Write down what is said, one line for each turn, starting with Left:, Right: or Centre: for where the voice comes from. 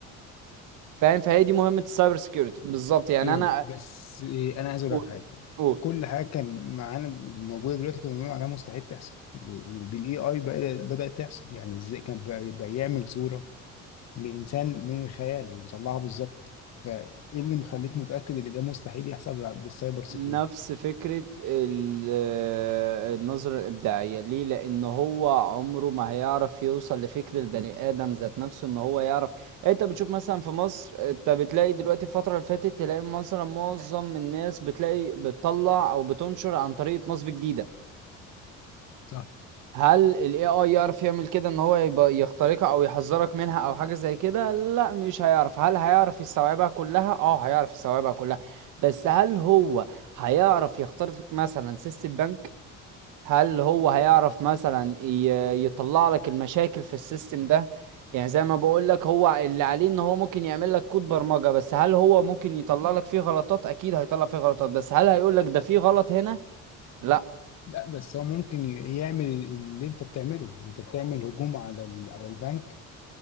Right: فاهم فهي دي مهمة السايبر سيكيورتي بالظبط يعني
Left: ايوه
Right: انا
Left: بس إيه، انا عايز اقول
Right: قول
Left: لك حاجه
Right: قول
Left: كل حاجه كان معانا موجوده دلوقتي كنا بنقول عليها مستحيل تحصل وبالاي اي بدات بدات تحصل يعني ازاي كان بقى بقى يعمل صوره لانسان من الخيال ويطلعها بالظبط فايه اللي مخليك متاكد ان ده مستحيل يحصل بال- بالسايبر سيكيورتي
Right: نفس فكرة ال- آه، النظرة الإبداعية ليه؟ لأن هو عمره ما هيعرف يوصل لفكر البني آدم ذات نفسه إن هو يعرف إيه، أنت بتشوف مثلا في مصر أنت بتلاقي دلوقتي الفترة اللي فاتت تلاقي مثلا معظم الناس بتلاقي بتطلع أو بتنشر عن طريقة نصب جديدة
Left: صح
Right: هل ال AI يعرف يعمل كده ان هو يبقى يخترقها او يحذرك منها او حاجة زي كده لا مش هيعرف هل هيعرف يستوعبها كلها اه هيعرف يستوعبها كلها بس هل هو هيعرف يخترق مثلا سيستم بنك هل هو هيعرف مثلا ي- يطلع لك المشاكل في السيستم ده يعني زي ما بقول لك هو اللي عليه ان هو ممكن يعمل لك كود برمجة بس هل هو ممكن يطلع لك فيه غلطات اكيد هيطلع فيه غلطات بس هل هيقول لك ده فيه غلط هنا لا
Left: لا بس هو ممكن ي- يعمل اللي انت بتعمله انت بتعمل هجوم على ال- على البنك